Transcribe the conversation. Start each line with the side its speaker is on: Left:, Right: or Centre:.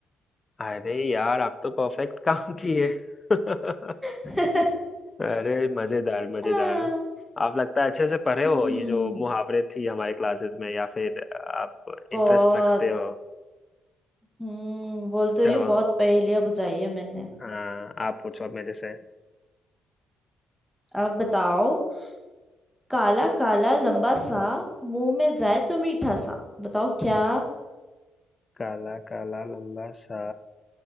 Left: अरे यार आप तो परफेक्ट काम किए <laughs>
Centre: <laughs>
Left: अरे मजेदार मजेदार
Centre: आ,
Left: आप लगता है अच्छे से पढ़े
Centre: हम्म
Left: हो ये जो मुहावरे थी हमारे क्लासेस में या फिर आप
Centre: बहुत
Left: इंटरेस्ट रखते हो
Centre: हम्म बोलते
Left: चलो
Centre: हुए बहुत पहेलियां बुझाई है मैंने
Left: हाँ आप पूछो अब मेरे से
Centre: अब बताओ काला काला लंबा सा मुंह में जाए तो मीठा सा बताओ क्या
Left: काला काला लंबा सा